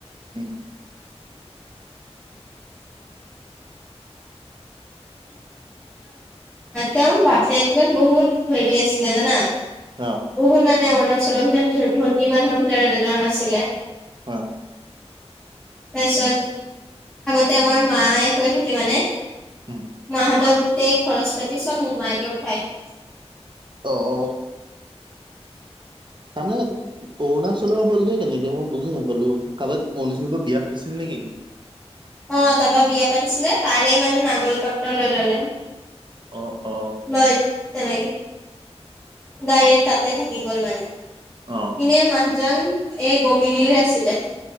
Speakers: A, on the right; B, in the centre.
A: উম, <inaudible>
B: তেওঁৰ বাপেকে বহুত হেৰি আছিলে জানা?
A: অ
B: বহু মানে অৰুণাচলৰ ভিতৰত ধে ধনী মানুহৰ ভিতৰত এজন আছিলে
A: হয়
B: তাৰছত আগতে আমাৰ মায়ে কৈ থাকে মানে
A: উম
B: মাহতৰ গোটেই খৰচ পাতি চব মোমায়েকে উঠায়
A: অঁ অ তাৰমানে অৰুণাচলৰ হ'লগে কেনেক এ মই বুজি নাপালো কাৱাক অৰুণাচলৰ পৰা বিয়া পাতিছিল নেকি
B: অ তাপা বিয়া পাতিছিলে তাৰে মানে নাগৰিকত্ব লৈ ললে
A: অ অ
B: লয় তেনেকে ডাইৰেক্ট তাতে থাকি গ'ল মানে
A: অ
B: এনে মানুহজন এই গমিৰিৰ আছিলে